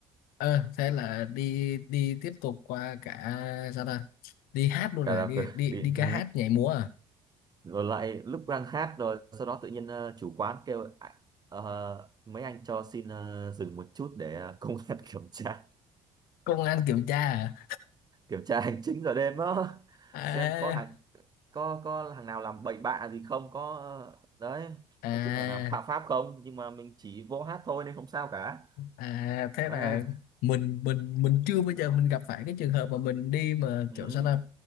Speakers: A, on the left; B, on the right.
A: ờ thế là đi đi tiếp tục qua cả sao ta đi hát luôn
B: karaoke
A: là đi đi
B: <laughs> đi
A: đi ca
B: ừ.
A: hát nhảy múa à
B: rồi lại lúc đang hát rồi sau đó tự nhiên ờ, chủ quán kêu "À, ờ, mấy anh cho xin ờ, dừng một chút để ờ, công an <laughs> kiểm tra
A: công an kiểm tra
B: kiểm tra hành chính giờ đêm đó
A: à
B: xem có hàng có có hàng nào làm bậy bạ gì không có ờ, đấy
A: à à
B: nói chung là làm phạm pháp không nhưng mà mình chỉ vô hát thôi nên không sao cả
A: À thế
B: à,
A: là mình mình mình chưa bao giờ mình gặp phải cái trường hợp mà mình đi mà
B: ừ.
A: kiểu sao ta